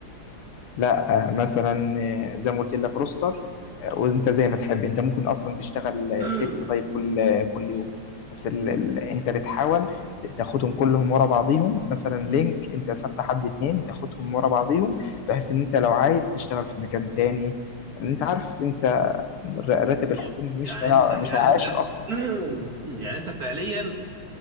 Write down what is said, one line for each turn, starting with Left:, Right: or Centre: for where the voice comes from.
Left: لا آه، مثلا آه، زي ما قلت لك روستر آه، وانت زي ما تحب انت ممكن اصلا تشتغل آه،
Right: <clears throat>
Left: ست طيب كل آه، كل يوم بس ال... ال... انت بتحاول ت- تاخدهم كلهم ورا بعضيهم مثلا لينك انت ثابت حد اتنين تاخدهم ورا بعضيهم بحيث ان انت لو عايز تشتغل في مكان تاني انت عارف انت ر- راتب الحكومي
Right: آه،
Left: مش
Right: يعني
Left: هيع...
Right: انت
Left: مش
Right: يعني
Left: هيعيشك
Right: انت
Left: اصلا
Right: <clears throat> يعني انت فعليا